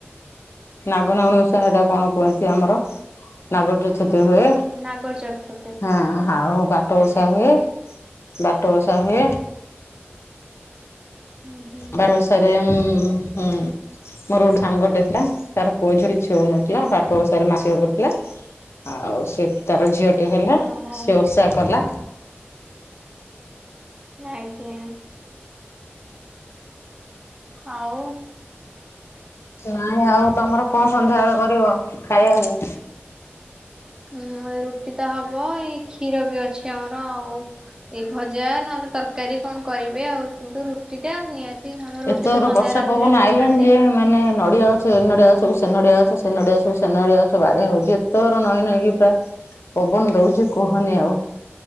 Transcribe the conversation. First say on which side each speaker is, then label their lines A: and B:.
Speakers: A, on the left (about 80°); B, on the right (about 20°).
A: ନାଗନାଗୁଣି ଓଷା ହେଟାକଣ କୁହନ୍ତି ଆମର ନାଗ ଚତୁର୍ଥୀ ହୁଏ।
B: ନାଗ ଚତୁର୍ଥୀ।
A: ହଁ ଆଉ ବାଟ
B: ଆଜ୍ଞା।
A: ଓଷା ହୁଏ ବାଟ ଓଷା ହୁଏ।
B: ହୁଁ ହୁଁ
A: ବାର ଓଷାରେ ଉଁ ହୁଁ। ମୋର ଗୋଟେ ସାଙ୍ଗଟେ ଥିଲା ତାର ପୁଅ ଝିଅ କିଛି ହଉନଥିଲା ବାଟ ଓଷାରେ ମାନସିକ କରିଥିଲା। ଆଉ ସେତାର ଝିଅଟି ହେଲା
B: ଗ୍ରହ
A: ସେଓଷା କଲା।
B: ଆଜ୍ଞା ଆଉ?
A: ନାଇଁ ଆଉ ତମର କଣ ସନ୍ଧ୍ୟାବେଳେ କରିବ ଖାଇବାକୁ?
B: ଉଁ ରୁଟିତ ହବ ଏଇ କ୍ଷୀରବି ଅଛି ଆମର ଆଉ। ଏଇ ଭଜା ନହେଲେ ତରକାରୀ କଣ କରିବେ ଆଉ କିନ୍ତୁ ରୁଟିଟା ନିହାତି ଆମର ରୁଟି
A: ଏତକର
B: ତ ସନ୍ଧ୍ୟା
A: ବର୍ଷା
B: ରାତିରେ
A: ପବନ
B: ରୁଟି
A: ଆଇଲାଣିଯେ
B: ଖାଆନ୍ତି।
A: ମାନେ ନଡ଼ିଆ ଗଛ ଏନଡ଼ିଆ ଗଛକୁ ସେନଡ଼ିଆ ଗଛ ସେନଡ଼ିଆ ସେନଡ଼ିଆ ଗଛ ବାଡ଼େଇ ହଉଚି ଏତେର ନଈ ନଈକି ପୁରା ପବନ ଦଉଚି କୁହନି ଆଉ।